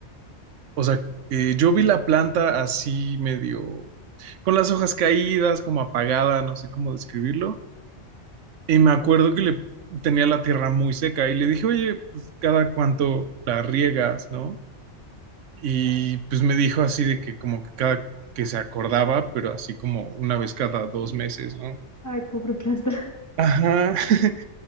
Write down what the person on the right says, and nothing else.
o sea, eh, yo vi la planta así medio, con las hojas caídas, como apagada, no sé cómo describirlo Y me acuerdo que le tenía la tierra muy seca y le dije, oye, pues cada cuánto la riegas, ¿no? Y pues me dijo así de que como que cada que se acordaba, pero así como una vez cada dos meses, ¿no?
Ajá. <laughs>